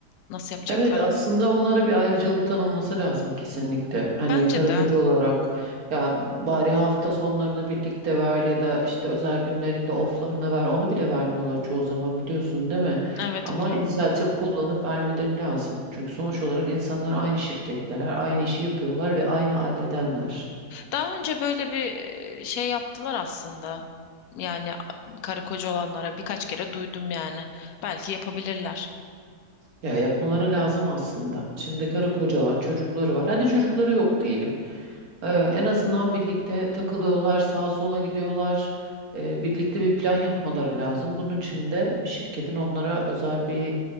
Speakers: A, on the left; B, on the right.
A: Nasıl yapacaklar?
B: Evet aslında onlara bir ayrıcalık tanınması lazım kesinlikle. Hani
A: Bence
B: karı
A: de
B: koca olarak ya bari hafta sonlarını birlikte ver ya da işte özel günlerinde oflarını ver. Onu bile vermiyorlar çoğu zaman biliyorsun değil mi?
A: evet
B: Ama
A: biliyorum.
B: inisiyatif kullanıp vermeleri lazım. Çünkü sonuç olarak insanlar aynı şirketteler, aynı işi yapıyorlar ve aynı ailedenler.
A: Daha önce böyle bir e, şey yaptılar aslında. Yani a- karı koca olanlara birkaç kere duydum yani. Belki yapabilirler.
B: Ya yapmaları lazım aslında. Şimdi karı kocalar, çocukları var. Hadi çocukları yok diyelim. Ee, en azından birlikte takılıyorlar, sağa sola gidiyorlar. Ee, birlikte bir plan yapmaları lazım. Bunun için de şirketin onlara özel bir,